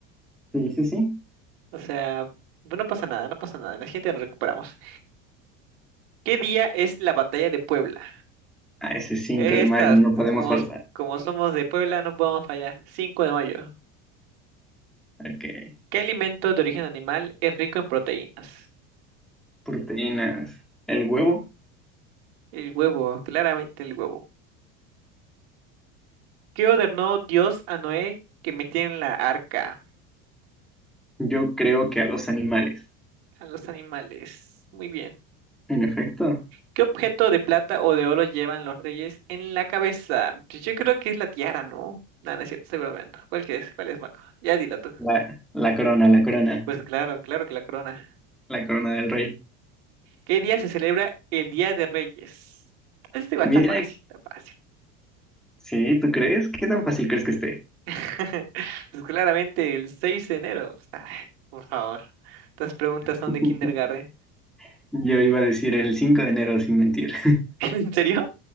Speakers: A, in the centre; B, on the right.
A: Sí, sí, sí.
B: O sea, pues, no pasa nada, no pasa nada. En la siguiente nos recuperamos. ¿Qué día es la batalla de Puebla?
A: Ah, ese 5
B: Estas,
A: de mayo, no podemos
B: como,
A: forzar.
B: como somos de Puebla, no podemos fallar. 5 de mayo.
A: Ok.
B: ¿Qué alimento de origen animal es rico en proteínas?
A: Proteínas. El huevo.
B: El huevo, claramente el huevo. ¿Qué ordenó Dios a Noé que metiera en la arca
A: Yo creo que a los animales.
B: a los animales? Muy bien.
A: En efecto.
B: ¿Qué objeto de plata o de oro llevan los reyes en la cabeza? Pues Yo creo que es la tiara, ¿no? No, no es cierto, estoy bromeando. ¿Cuál que es? ¿Cuál es, Marco? Ya dilo tú.
A: La, la corona, la corona.
B: Pues claro, claro que la corona.
A: La corona del rey.
B: ¿Qué día se celebra el Día de Reyes? Este va,
A: Mira,
B: está fácil, está fácil.
A: sí, ¿tú crees? ¿Qué tan fácil crees que esté?
B: <laughs> Pues claramente el 6 de enero. Está- por favor. Estas preguntas
A: <laughs>
B: son de kindergarten.
A: Yo iba a decir el 5 de enero sin mentir.
B: <laughs> ¿En serio?